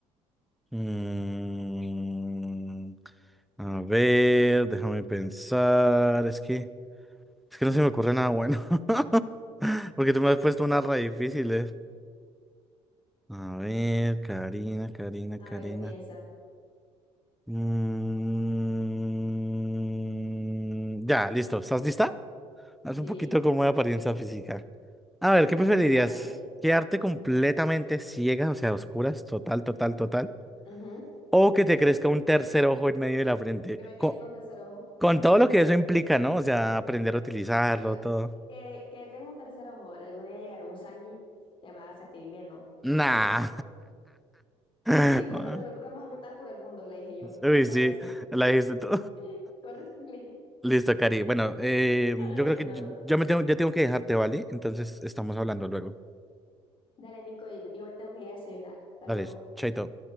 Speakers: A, in the centre; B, on the left.
A: Mm, a ver, déjame pensar. Es que, es que no se me ocurre nada bueno. <laughs> Porque tú me has puesto una re difícil. eh. A ver, Karina, Karina,
B: A
A: Karina.
B: ver, piensa.
A: Mm, ya, listo. ¿Estás lista? Haz un
B: Sí,
A: poquito como de apariencia física. A ver, ¿qué preferirías?
B: dale.
A: ¿Quedarte completamente ciega, o sea, a oscuras, total, total, total?
B: Ujú.
A: ¿O que te crezca un tercer ojo en medio de la frente?
B: ¿Qué me crees
A: Co-
B: con tercer ojo?
A: Con, todo lo que eso implica, ¿no? O sea, aprender a utilizarlo,
B: Algo,
A: todo.
B: que, que tenga un tercer ojo. Algún día llegará un Sanji que me va a hacer bien, ¿no? Con
A: Nah.
B: mi ojo.
A: <laughs>
B: <laughs> Uy, no, la respuesta más otaku del mundo, le dije yo.
A: Uy,
B: Le acabo
A: sí,
B: de decir.
A: la dijiste tú.
B: <laughs> Corrígeme.
A: Listo, Cari. Bueno, eh,
B: Ay,
A: yo creo que
B: no.
A: yo yo me tengo, ya tengo que dejarte, ¿vale? Entonces estamos hablando luego.
B: Dale, Nico, yo yo igual tengo que ir a desayunar. Hasta
A: Dale,
B: luego.
A: chaito.